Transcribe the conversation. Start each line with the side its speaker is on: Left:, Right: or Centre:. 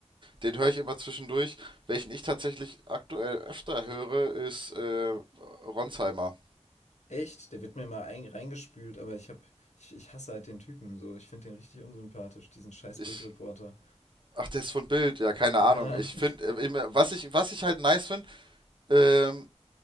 Right: Den höre ich immer zwischendurch. Welchen ich tatsächlich aktuell öfter höre, ist äh, Ronsheimer.
Left: echt, der wird mir mal ein, reingespült, aber ich hab, ich, ich hasse halt den Typen so. Ich finde den richtig unsympathisch, diesen scheiß
Right: Ich,
Left: Bildreporter.
Right: ach, der ist von Bild. Ja, keine
Left: Ja.
Right: Ahnung. Ich
Left: <laughs>
Right: finde, äh, immer- was ich, was ich halt nice finde, ähm,